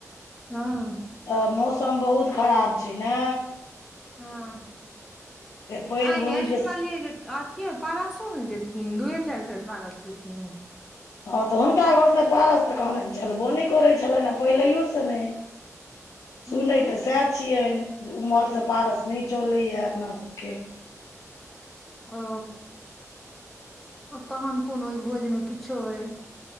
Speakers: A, in the centre; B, on the left.
A: हं।
B: त मौसम बहुत खराब छै ने?
A: हं <inaudible>
B: से पानि
A: एं
B: बुनी
A: यै सुनलियै
B: के
A: जे अथियो पारसो नहि देथिन, दूये चारि घर पारस देथिन।
B: हँ तऽ हुनका घर से पारस तऽ कहादेन चलबो नहि करै छलनि, आ पहिलैयो से नहि।
A: उं
B: सुनैत तऽ सएह छियनि जे ओम्हरसँ पारस नहि चलैए अपनासभके।
A: ओ तहन कोन ओहि भोज मे किछो होय।